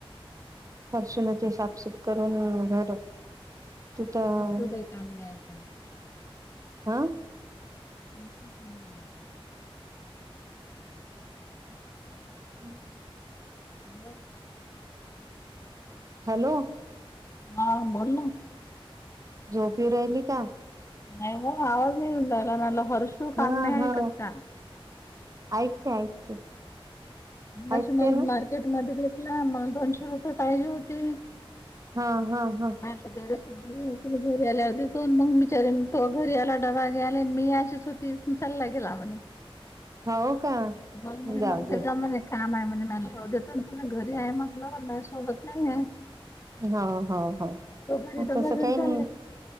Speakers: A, on the right; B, on the left.
A: हर्षूने ते साफसुफ करून घर तिथं
B: ना काही काम नाही ऐकत
A: हा
B: <unintelligible>
A: हम्म.
B: हॅलो.
A: हॅलो.
B: हा बोल ना.
A: झोपी राहिली का?
B: नाही गं आवाज नाही यून राहिला म्हणलं, हर्षू काम
A: हा
B: नाही
A: हा
B: ऐकत का?
A: ऐकते ऐकते.
B: मघाशी
A: ऐकते
B: म
A: ना
B: मार्केट मध्ये भेेटला. मला दोनशे रुपये पाहिजे होते.
A: हा हा हा.
B: <unintelligible> बाई तुला घरी आल्यावर देतो, मग बिचारे तो घरी आला डबा घ्याला अन् मी अशीच होती. चालला गेला म्हणे.
A: हाव का?
B: मला म्हणे
A: जाऊदे.
B: मला त्याच्या म्हणे काम आहे म्हणे म देतोन तुला, घरी आहे म्हटलं नाही माझ्या सोबत नाही आहे.
A: हव हव हव
B: तो घरी डबा
A: तसं
B: घेऊन
A: काही
B: चालला
A: नाही.